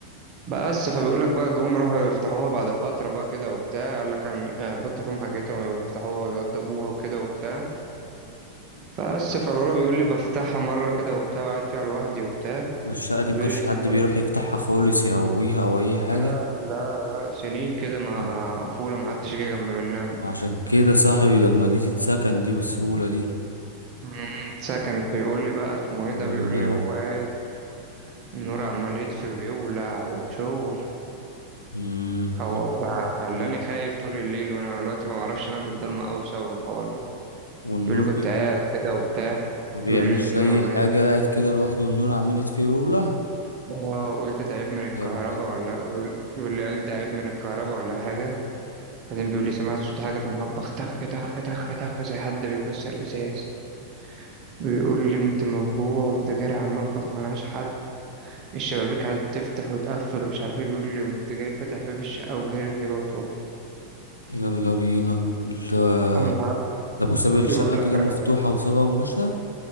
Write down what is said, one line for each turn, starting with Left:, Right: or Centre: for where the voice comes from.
Right: بس فبيقول لك بقى جم راحوا يفتحوها بعد فتره بقى كده وبتاع قال لك هن- يعني هنحط فيهم حاجتهم ويفتحوها ويوضبوها وكده وبتاع فبس فالولا بيقول لي بفتحها مره كده وبتاع وقاعد فيها لوحدي وبتاع
Left: والشقة دي
Right: بيقول
Left: مكانش
Right: لي لقيت
Left: حد بيروح يفتحها خالص يهويها او اي
Right: لا
Left: حاجة
Right: لا لا سنين كده ما
Left: طب
Right: فولة محدش جه جنب منها
Left: عشان كده صاحبي ده ما دي تتسكن دي بسهولة دي
Right: امم ساعة بيقول لي بقى اسمه ايه
Left: حول
Right: ده بيقول
Left: الله يا
Right: لي هو
Left: رب
Right: قاعد النور عمال يطفي ويولع وشغل
Left: مم.
Right: هو بقى خلاني خايف طول الليل وانا دلوقتي ما بعرفش انام في الضلمة قوي بسبب الحوار ده
Left: والنور
Right: بيقول لي كنت
Left: بي...
Right: قاعد كده وبتاع
Left: ما بيعملش
Right: بيقول لي لقيت النور
Left: اي
Right: عمال
Left: حاة
Right: يطفي
Left: قاعد كده لوحده والنور عمال يطفي ويولع
Right: آه، قلت ده عيب من الكهرباء
Left: يلا
Right: ولا بيقول بيقول لي قال ده عيب من الكهرباء ولا حاجة بعدين بيقول لي سمعت صوت حاجة في المطبخ تخ تخ تخ تخ زي حد بيكسر ازاز بيقول لي قمت مفجوع قمت جاري على المطبخ ملهاش حد الشبابيك قعدت تفتح وتقفل ومش عارف ايه بيقول لي قمت جاي فاتح باب الشقة وجاري وسايبها وطالع
Left: يلا بينا الله
Right: أما ر-
Left: ده ابو ساب الشقة
Right: بيقول
Left: كده
Right: لك ر...
Left: مفتوحة وسابها ومشى